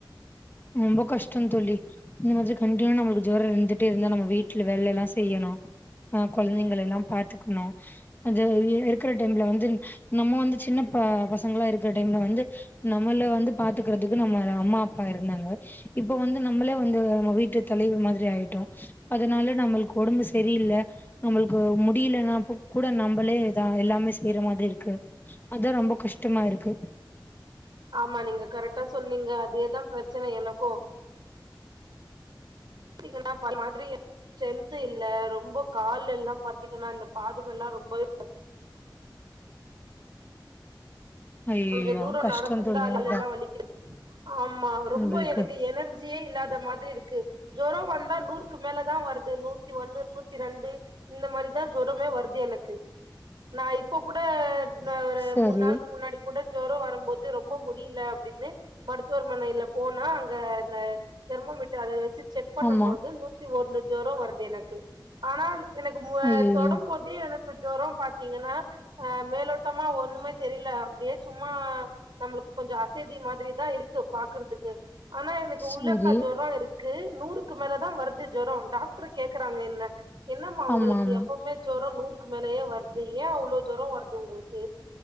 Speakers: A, on the left (about 25°); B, on the right (about 70°).
A: ரொம்போ கஷ்டோ தோழி இந்த மாரி கண்டினுவா நமளுக்கு ஜொரோ இருந்துட்டே இருந்தா நம்ம வீட்ல வேல்லெல்லா செய்யணு அ கொழந்தைங்கள எல்லா பாத்துக்கணு கொஞ்ச அ இருக்ற டைம்ல வந்து நம்ம வந்து சின்ன ப பசங்ளா இருக்ற டைம்ல வந்து நம்மள வந்து பாத்துக்றதுக்கு நம்மள அம்மா அப்பா இருந்தாங்க இப்ப வந்து நம்மளே வந்து நம்ம வீட்டு தலைவி மாதிரி ஆயிட்டோ அதனால நம்மள்க் ஒடம்பு செரியில்ல நம்மளுக்கு முடியலன்னாப்ப கூட நம்பளே தா எல்லாமே செய்ற மாதிரி இருக்கு அதா ரொம்ப கஷ்டமா இருக்கு
B: ஆமா நீங்க கரெக்டா சொன்னீங்க அதேதா பிரச்சன எனக்கு பாத்தீங்கனா இப் அந்த மாதிரி ஸ்ரென்த் இல்ல ரொம்ப கால் எல்லா பாத்தீங்கனா இந்த பாதம் எல்லா ரொம்பவே
A: ஐயயோ
B: கொஞ்ச தூரோ
A: கஷ்டம்
B: நடக்குந்தா
A: தோழி
B: கால்
A: அதா
B: எல்லா வலிக்குது ஆமா ரொம்ப
A: நம்மளுக்கு
B: எனக்கு எனர் ஜியே இல்லாத மாதிரி இருக்கு ஜொரோ வந்தா நூறுக்கு மேலதா வருது நூத்தி ஒன்னு நூத்தி ரெண்டு இந்த மாரிதா ஜொரமே வருது எனக்கு நா இப் போ கூட நா ஒரு
A: சரி
B: மூன் நாளுக்கு முன்னாடி கூட ஜொரோ வரம்போது ரொம்ப முடியில அப்டின்னு மருத்துவர்மனைல போனா அங்க அந்த தெர்மாமீட்ட அத வெச்சி செக் பண்ணு
A: ஆமா
B: போது நூத்தி ஒன்னு ஜொரோ வருது எனக்கு ஆனா எனக்கு மு
A: ஐய்யய்யோ
B: தொடும்போத் து எனக்கு ஜொரோ பாத்தீங்கனா அ மேலோட்டமா ஒண்ணுமே தெரியில அப்டியே சும்மா நம்மளுக்கு கொஞ்ச அசதி மாதிரி தா இருக்கு பாக்குறதுக்கு ஆனா எனக்கு
A: சரி
B: உள்ளக்கா ஜொரோ இருக் கு நூறுக்கு மேல தா வருது ஜொரோ டாக்ரு கேக்கறாங்க என்ன என்னம்மா உங்களுக்கு
A: ஆமா ஆமா
B: எப்பவுமே ஜொரோ நூறுக்கு மேலயே வருது ஏ அவ்ளோ ஜொரோ வருது உங்களுக்கு